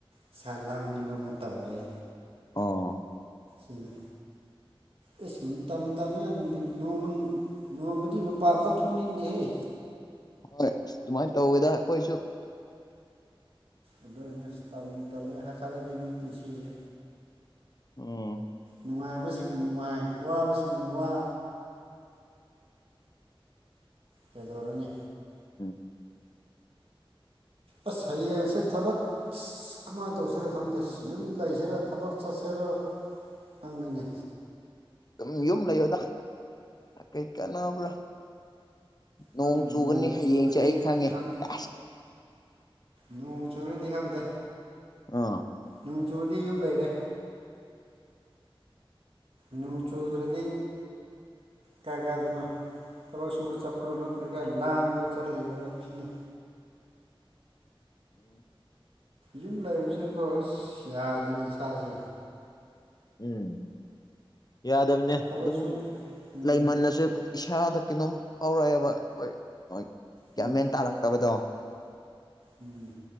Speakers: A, on the right; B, on the left.
A: ꯏꯁ ꯂꯥꯡꯅꯤꯡꯕ ꯃꯇꯝ ꯂꯩ
B: ꯑꯣ
A: ꯎ
B: <unintelligible>
A: ꯑꯦ ꯁꯨꯝ ꯃꯇꯝ ꯇ ꯅꯣꯡꯃ ꯅꯣꯡꯃꯗꯤ ꯃꯄꯥꯟꯐꯥꯎ ꯊꯣꯛꯅꯤꯡꯗꯦꯍꯦ
B: ꯍꯣꯏ ꯁꯨꯃꯥꯏꯅ ꯇꯧꯕꯗ ꯑꯩꯈꯣꯏꯁꯨ
A: ꯑꯗꯨ ꯇ ꯇꯜꯂꯦ ꯍꯥ ꯈꯠꯂꯗꯤ ꯃꯤ ꯄꯨꯟꯁꯤꯁꯦ
B: ꯑꯣꯝ
A: ꯅꯨꯡꯉꯥꯏꯕꯁꯤꯅ ꯅꯨꯡꯉꯥꯏ ꯋꯥꯕꯁꯤꯅ ꯋꯥ ꯀꯗꯧꯣꯔꯅꯤ
B: ꯎꯝ
A: ꯑꯁ ꯍꯌꯦꯡꯁꯦ ꯊꯕꯛ ꯀꯃꯥꯏꯅ ꯇꯧꯁꯤꯔꯥ ꯈꯪꯗꯦ ꯌꯨꯝ ꯂꯩꯁꯤꯔꯥ ꯊꯕꯛ ꯆꯠꯁꯤꯔꯥ ꯑꯣ ꯐꯉꯅꯦ
B: ꯝ ꯌꯨꯝ ꯂꯩꯌꯣꯗ ꯀꯩ ꯀꯥꯟꯅꯕ꯭ꯔꯥ ꯅꯣꯡ
A: ꯈꯪꯗꯦ
B: ꯆꯨꯒꯅꯤ ꯍꯌꯦꯡꯁꯦ
A: ꯆꯨꯔꯗꯤ
B: ꯑꯩ ꯈꯪꯉꯦꯁ
A: ꯈꯪꯗꯦ ꯅꯣꯡ ꯆꯨꯨꯔꯗꯤ ꯈꯪꯗꯦ
B: ꯑꯥ
A: ꯅꯣꯡ ꯆꯨꯨꯔꯗꯤ ꯌꯨꯝ ꯂꯩꯔꯦ ꯅꯨ ꯆꯨꯗꯨ꯭ꯔꯗꯤ ꯀꯒꯥꯗꯨꯅ ꯇꯕꯥ ꯁꯨꯕ ꯆꯄ꯭ꯔꯣ ꯅꯠꯇ꯭ꯔ ꯀ ꯂꯥꯥꯡꯒ ꯆꯔꯂꯤꯔꯒ ꯆꯅꯤ
B: ꯎꯝ
A: ꯌꯨꯝ ꯂꯩꯕꯕꯁꯤꯁꯨꯀꯣ ꯑꯁ ꯌꯥꯗꯣꯏꯅꯦ ꯏꯁꯥꯁꯦ
B: ꯎꯝ ꯌꯥꯗꯕꯅꯦ
A: ꯊꯕꯛ
B: ꯑꯗꯨꯝ
A: ꯁꯨꯗ꯭ꯔ ꯎꯝ
B: ꯂꯩꯃꯜꯟꯅꯁꯨ ꯏꯁꯥꯗ ꯀꯩꯅꯣꯝ ꯐꯥꯎꯔꯛꯑꯦꯕ ꯑꯩꯈꯣꯏ ꯌꯥꯝꯒꯌꯥꯃꯦꯟ
A: ꯎꯝ
B: ꯇꯥꯔꯛꯇꯕꯗꯣ
A: ꯎꯝ